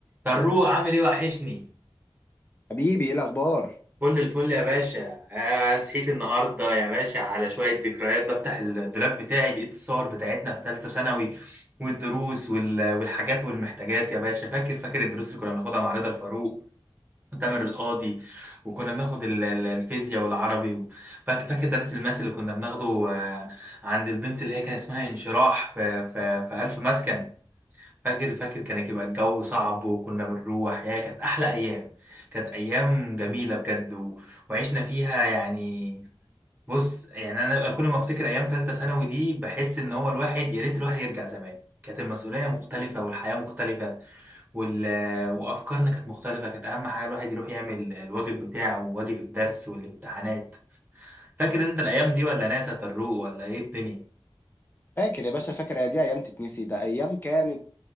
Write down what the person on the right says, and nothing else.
فاروق عامل ايه وحشني
كل الفل يا باشا آه صحيت النهارده يا باشا على شويه ذكريات بفتح الدولاب بتاعي لقيت الصور بتاعتنا في ثالثه ثانوي والدروس وال... والحاجات والمحتاجات يا باشا فاكر فاكر الدروس اللي كنا بناخدها مع رضا الفاروق وتامر القاضي وكنا بناخد ال- ال- الفيزياء والعربي و- فاكر فاكر درس الماس اللي كنا بناخده آه، عند البنت اللي هي كان اسمها انشراح في في في ألف مسكن فاكر فاكر كان يبقى الجو صعب وكنا بنروح يا كانت احلى ايام كانت ايام جميله بجد و... وعشنا فيها يعني بص يعني انا كل ما افتكر ايام ثالثه ثانوي دي بحس ان هو الواحد يا ريت الواحد يرجع زمان كانت المسؤوليه مختلفه والحياه مختلفه وال... وافكارنا كانت مختلفه كانت اهم حاجه الواحد يروح يعمل الواجب بتاعه وواجب الدرس والامتحانات فاكر انت الايام دي ولا ناسي يا طروق ولا ايه الدنيا